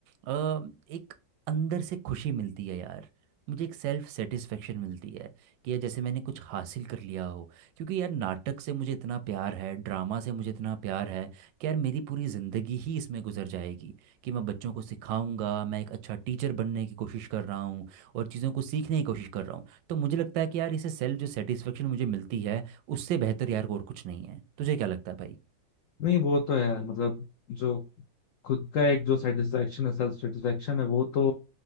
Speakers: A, on the right; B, on the left.
A: अ, एक अंदर से खुशी मिलती है यार मुझे एक सेल्फ सेटिस्फेक्शन मिलती है कि यार जैसे मैंने कुछ हासिल कर लिया हो क्योंकि यार नाटक से मुझे इतना प्यार है ड्रामा से मुझे इतना प्यार है कि यार मेरी पूरी ज़िंदगी ही इसमें गुजर जाएगी कि मैं बच्चों को सिखाऊंगा मैं एक अच्छा टीचर बनने की कोशिश कर रहा हूँ और चीज़ों को सीखने की कोशिश कर रहा हूँ तो मुझे लगता है कि यार इसे सेल्फ जो सेटिस्फेक्शन मुझे मिलती है उससे बेहतर यार और कुछ नहीं है तुझे क्या लगता है भाई
B: नहीं वो तो है यार मतलब जो खुद का एक जो सेटिस्फेक्शन है सेल्फ सेटिस्फेक्शन है वो तो